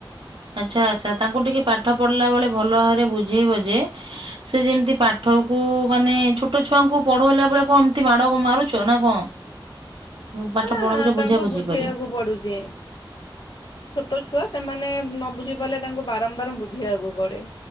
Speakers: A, on the right (about 75°); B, on the left (about 60°).
A: ଆଚ୍ଛା ଆଚ୍ଛା ତାଙ୍କୁ ଟିକେ ପାଠ ପଢିଲା ବେଳେ ଭଲ ଭାବରେ ବୁଝେଇବ ଯେ। ସେ ଯେମିତି ପାଠକୁ ମାନେ ଛୋଟ ଛୁଆଙ୍କୁ ପଢେଇଲା ବେଳେ କଣ ଏମତି ମାଡ ମାରୁଛ ନା କଣ। ପାଠ
B: ନା
A: ପଢଉଛ
B: ନା ତାଙ୍କୁ
A: ବୁଝାବୁଝି
B: ବୁଝେଇବାକୁ
A: କରି?
B: ପଡୁଛି। ଛୋଟ ଛୁଆ ସେମାନେ ନବୁ ଝି ବଲେ ତାଙ୍କୁ ବାରମ୍ବାର ବୁଝେଇବାକୁ ପଡେ।